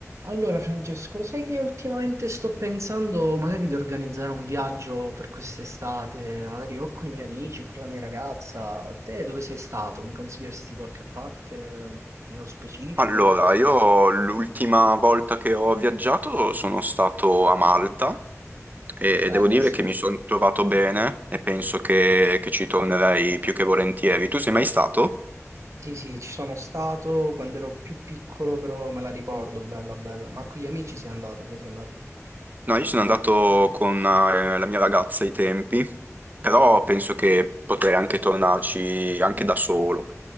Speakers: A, on the right; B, on the right.
A: Allora, Francesco, lo sai che ultimamente sto pensando magari di organizzare un viaggio per quest'estate, magari o con i miei amici o con la mia ragazza. Te dove sei stato? Mi consiglieresti qualche parte eh, nello specifico?
B: Allora, io l'ultima volta che ho viaggiato sono stato a Malta e
A: Bella,
B: devo dire
A: sì.
B: che mi sono trovato bene e penso che, che ci tornerei più che volentieri. Tu sei mai stato?
A: Sì, sì, ci sono stato quando ero più piccolo, però me la ricordo, bella, bella. Ma con gli amici sei andato, come sei andato?
B: No, io sono andato con eh, la mia ragazza ai tempi, però penso che potrei anche tornarci anche da solo.